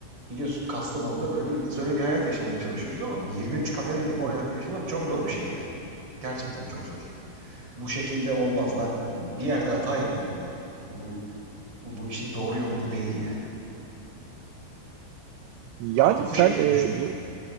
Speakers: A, on the right; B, on the right.
A: Biliyorsun Kastamonu'da böyle bir izole bir hayat yaşamaya çalışıyoruz ama 23 kamerayla bu
B: Hı hı.
A: hayatı yaşamak çok zor bir şey yani. Gerçekten çok zor. Bu şekilde olmaz. Ben bir yerde hata yapıyorum yani. Bu bu, bu işin doğru yolu bu değil yani.
B: Yani
A: Artık bu
B: sen
A: şekilde
B: e,
A: düşünüyorum.
B: bu